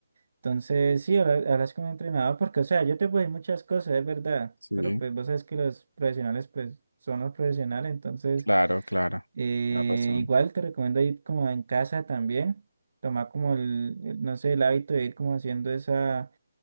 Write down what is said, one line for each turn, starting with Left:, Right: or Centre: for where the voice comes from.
Right: Entonces, sí, habla- hablas con un entrenador porque, o sea, yo te puedo decir muchas cosas, es verdad,
Left: sí,
Right: pero pues vos sabes que los profesionales, pues, son los profesionales, entonces,
Left: claro, claro,
Right: eh,
Left: tienes razón,
Right: igual te recomiendo ir como en casa también, tomar como el, el, no sé, el hábito de ir como haciendo esa